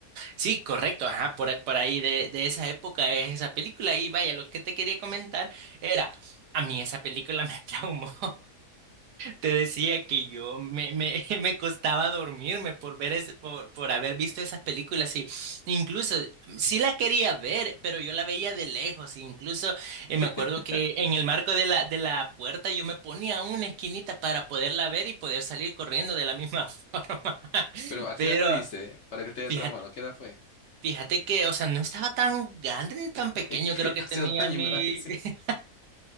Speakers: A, on the right (about 80°); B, on the left (about 60°).
A: Sí, correcto, ajá, por, por ahí de, de esa época es esa película. Y vaya, lo que te quería comentar era, a mí esa película me <laughs> traumó. Te decía que yo me, me, <laughs> me costaba dormirme por ver ese- por, por haber visto esas películas. Y incluso sí la quería ver, pero yo la veía de lejos. Incluso eh, me
B: <laughs>
A: acuerdo que en el marco de la, de la puerta yo me ponía una esquinita para poderla ver y poder salir corriendo de la misma <laughs> forma.
B: Pero ¿a qué
A: Pero
B: edad la viste? Para que te haya
A: fíjate.
B: traumado, ¿a qué edad fue?
A: Fíjate que, o sea, no estaba tan grande ni tan pequeño,
B: <laughs>
A: creo que
B: Hace
A: tenía
B: dos años
A: mi...
B: me va a decir.
A: <laughs>